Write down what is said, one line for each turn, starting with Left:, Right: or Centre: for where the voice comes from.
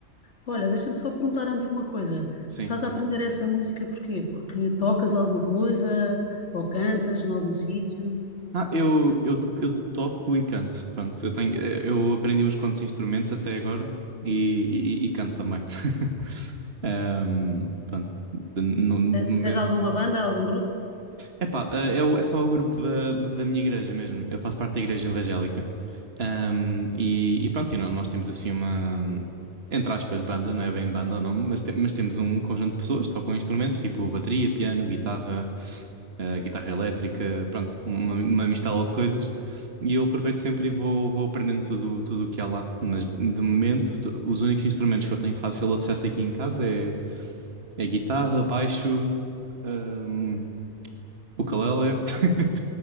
Left: Olha, deixa-me só perguntar antes uma coisa.
Right: Sim.
Left: Tu estás a aprender essa música porquê? Porque tocas alguma coisa ou cantas em algum sítio?
Right: Ah, eu, eu, eu toco e canto. Pronto, eu tenho, eh, eu aprendi uns quantos instrumentos até agora e, e, e canto também. <laughs> Ahm, pronto, de, no-
Left: Te-
Right: de momento.
Left: Tens alguma banda, algum grupo?
Right: Epá, eh, é, o- é só o grupo da, da minha igreja mesmo. Eu faço parte da igreja evangélica. Ahm, e, e pronto, e nó- nós temos assim uma, entre aspas, banda, não é bem banda o nome, mas, te- mas temos um conjunto de pessoas que tocam instrumentos, tipo bateria, piano, guitarra eh, guitarra elétrica, pronto, uma, uma mistela de coisas. E eu aproveito sempre e vou, vou aprendendo tudo tudo o que há lá. Mas de momento, t- os únicos instrumentos que eu tenho fácil acesso aqui em casa é, é guitarra, baixo, hum, o ukulele <laughs>